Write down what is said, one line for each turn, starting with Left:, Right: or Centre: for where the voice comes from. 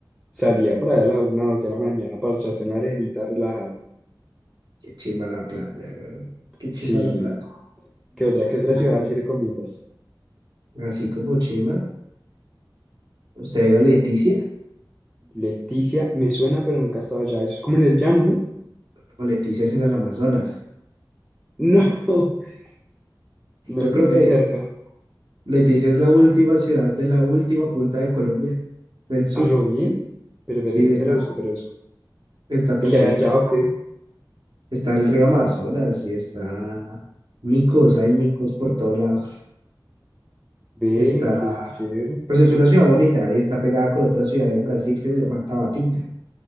Centre: salía por allá a la una o dos de la mañana para echarse en la arenita relajado.
Right: qué chimba la playa, weón. Qué
Centre: Sí,
Right: chimba la playa.
Centre: ¿qué otra, qué otra
Right: Lástima.
Centre: ciudad sí recomiendas?
Right: Así como chimba, ¿usted ha ido a Leticia?
Centre: Leticia, me suena, pero nunca he estado allá. Eso es como en el llano, ¿no?
Right: O Leticia es en el Amazonas.
Centre: No, <laughs> no
Right: Yo
Centre: estoy
Right: creo
Centre: ni
Right: que
Centre: cerca.
Right: Leticia es la última ciudad de la última punta de Colombia, del sur.
Centre: ¿A lo bien? Pero, pero,
Right: Sí, está
Centre: pero busco, pero busco.
Right: Está pegadita.
Centre: ¿Y qué hay allá o qué?
Right: Está el río Amazonas y está micos, hay micos por todo lado.
Centre: Ve,
Right: Está,
Centre: qué chévere.
Right: pues es una ciudad bonita y está pegada con otra ciudad en Brasil que se llama Tabatinga.